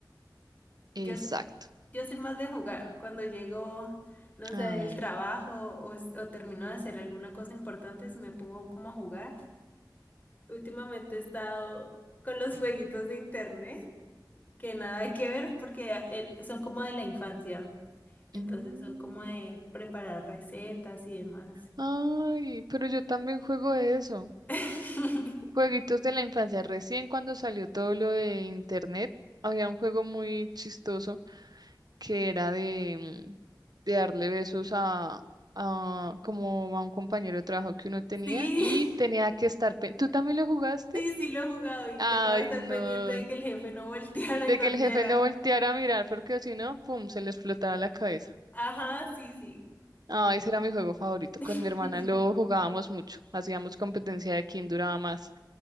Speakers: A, on the left (about 20°); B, on the right (about 60°).
A: Yo,
B: Exacto.
A: s- yo soy más de jugar. Cuando llego, no sé,
B: Ah,
A: del trabajo o, es- o termino de hacer alguna cosa importante, si me pongo como a jugar. Últimamente he estado con los <laughs> jueguitos de internet. que nada que ver porque eh, son como de la infancia. Entonces
B: mm,
A: son como de preparar recetas y demás.
B: Ay, pero yo también juego eso.
A: <laughs>
B: Jueguitos de la infancia. Recién cuando salió todo lo de internet, había un juego muy chistoso que era de, mm, de darle besos a, a- como a un compañero de trabajo que uno tenía
A: Sí,
B: y tenía que estar... pe- ¿Tú también lo jugaste?
A: sí, sí lo he jugado y
B: Ay,
A: tocaba estar
B: no.
A: pendiente de que el jefe no volteara
B: De
A: y los
B: que el
A: viera.
B: jefe no volteara a mirar porque si no, pum, se le explotaba la cabeza.
A: Ajá, sí, sí.
B: Ah, ese era mi juego favorito.
A: <laughs>
B: Con mi hermana lo jugábamos mucho. Hacíamos competencia de quién duraba más,